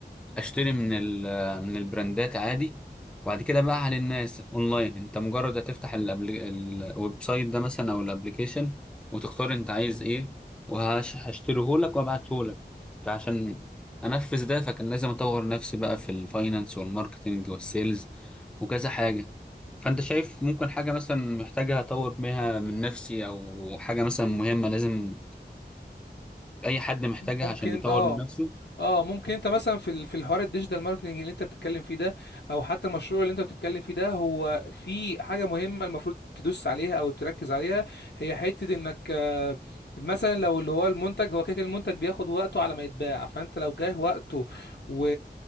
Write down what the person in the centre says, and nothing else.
اشتري من ال- من البراندات عادي وبعد كده بقى للناس اونلاين انت مجرد هتفتح الأبلي- الويب سايت ده مثلا او الابليكيشن وتختار انت عايز ايه وهشتريه لك وابعته لك فعشان انفذ ده فكان لازم اطور نفسي بقى في الفاينانس والماركتنج والسيلز وكذا حاجة فانت شايف ممكن حاجة مثلا محتاجة اطور بيها من نفسي او حاجة مثلا مهمة لازم اي حد محتاجها
عشان
يطور
من نفسه